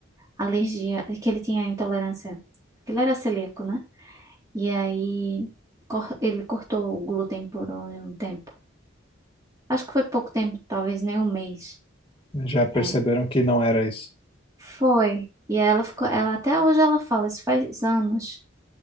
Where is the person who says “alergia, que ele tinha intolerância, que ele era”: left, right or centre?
Right